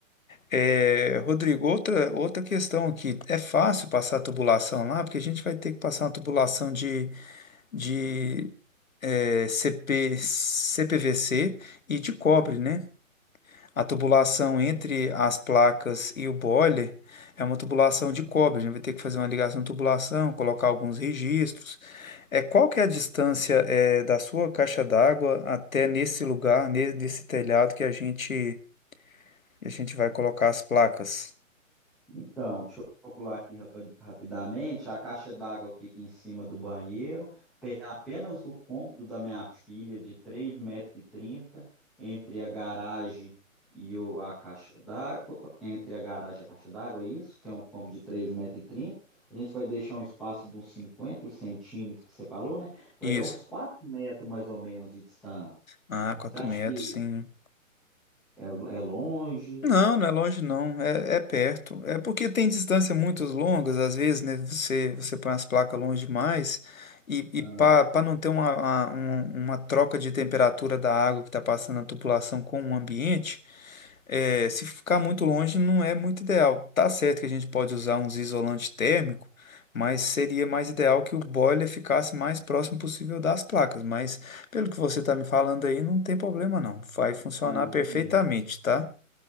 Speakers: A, on the left (about 75°); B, in the centre.
A: É, Rodrigo, outra, outra questão aqui. É fácil passar a tubulação lá, porque a gente vai ter que passar uma tubulação de, de é, CP, CPVC e de cobre, né? A tubulação entre as placas e o boiler é uma tubulação de cobre. A gente vai ter que fazer uma ligação de tubulação, colocar alguns registros. É, qual que é a distância é, da sua caixa d'água até nesse lugar, ne- nesse telhado que a gente, a gente vai colocar as placas?
B: Então, deixa eu calcular aqui rapi- rapidamente. A caixa d'água fica em cima do banheiro. Tem apenas o cômodo da minha filha, de três metros, e trinta entre a garagem e o- a caixa d'água. Entre a garagem e a caixa d'água, é isso. Tem um cômodo de três metros. e trinta. A gente vai deixar um espaço de uns 50 centímetros, que você falou, né? Vai
A: Isso.
B: dar uns 4 metros, mais ou menos, de distância.
A: Ah, 4
B: Você acha
A: metros,
B: que
A: sim.
B: é, é longe?
A: Não, não é longe não, é, é perto. É porque tem distâncias muito longas, às vezes, né? Você, você põe as placas longe demais e, e
B: Ah,
A: para não ter uma, uma, uma- uma troca de temperatura da água que está passando na tubulação com o ambiente, é, se ficar muito longe não é muito ideal. Tá certo que a gente pode usar uns isolante térmico, mas seria mais ideal que o boiler ficasse mais próximo possível das placas. Mas pelo que você está me falando aí, não tem problema não, vai funcionar
B: não, entendi.
A: perfeitamente, tá?